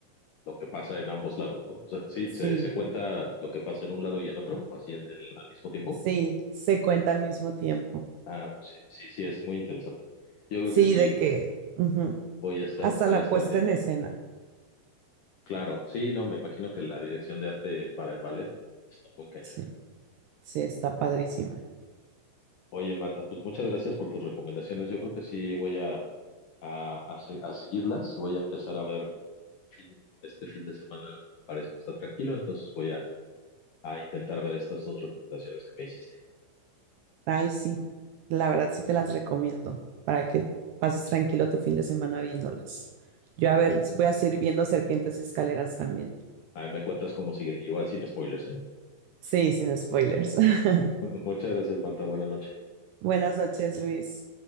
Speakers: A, on the left; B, on the right.
A: lo que pasa en ambos lados, ¿no? O sea, sí,
B: Sí,
A: se, se cuenta lo que pasa en un lado y en otro, así en el- al mismo tiempo.
B: sí, se cuenta al mismo tiempo.
A: Ah, pues sí, sí, sí, es muy interesante. Yo creo
B: Sí,
A: que sí,
B: de que ujú,
A: voy a estar,
B: hasta
A: voy
B: la
A: a estar
B: puesta
A: viendo.
B: en escena.
A: Claro, sí, no, me imagino que la dirección de arte para el ballet está muy cañona.
B: Sí, sí, está padrísima.
A: Oye, Marta, pues muchas gracias por tus recomendaciones. Yo creo que sí voy a, a, a se- a seguirlas. Voy a empezar a ver fin- este fin de semana, parece que está tranquilo, entonces voy a a intentar ver estas dos recomendaciones que me hiciste.
B: Ay, sí, la verdad sí te las recomiendo para que pases tranquilo tu fin de semana viéndolas. Yo a ver, voy a seguir viendo Serpientes y Escaleras también.
A: Ahí me cuentas cómo sigue, igual sin spoilers, ¿eh?
B: Sí, sin spoilers. <laughs>
A: <laughs> Muchas gracias, Marta. Buenas noches.
B: Buenas noches, Luis.